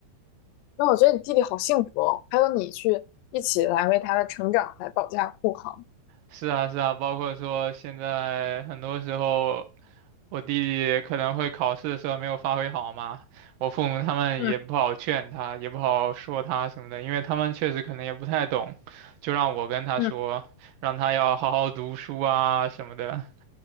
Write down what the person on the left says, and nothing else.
那我觉得你弟弟好幸福哦，还有你去一起来为他的成长来保驾护航。
嗯
嗯